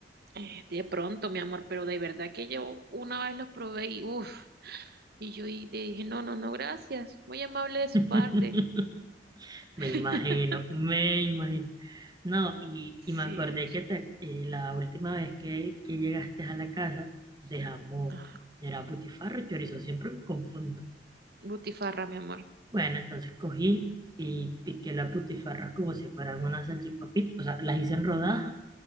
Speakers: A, on the right (about 60°); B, on the right (about 25°).
A: Eh, De pronto, mi amor, pero de verdad que yo una vez los probé y uff, y yo y dije, no, no, no, gracias, muy amable
B: <laughs>
A: de su parte.
B: Me
A: <laughs>
B: imagino, me imagino. No, y, y
A: Sí.
B: me acordé que te- eh, la última vez que, que llegaste a la casa dejamos,
A: Ah,
B: era butifarra, chorizo, siempre me confundo.
A: Butifarra, mi amor.
B: Bueno, entonces cogí y piqué las putifarras como si fueran unas salchipapitas, o sea, las hice en rodajas